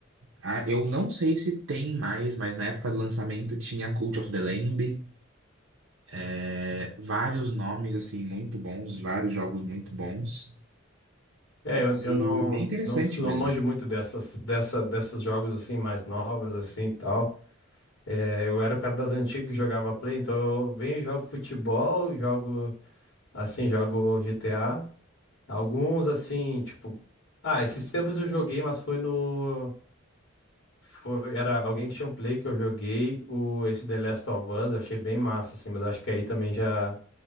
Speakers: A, on the right; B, on the left.
A: Ah, eu não sei se tem mais, mas na época do lançamento tinha Cult of the Lamb. É, vários nomes assim muito bons, vários jogos muito bons.
B: É,
A: E
B: eu, eu não,
A: bem interessante
B: não, sou-
A: mesmo.
B: não manjo muito dessas, dessa, desses jogos assim mais novas assim e tal. É, eu era o cara das antigas que jogava Play, então eu venho e jogo futebol, jogo assim, jogo GTA. Alguns assim, tipo, ah, esses tempos eu joguei, mas foi no foi era alguém que tinha um Play que eu joguei, o esse The Last of Us, eu achei bem massa assim, mas acho que aí também já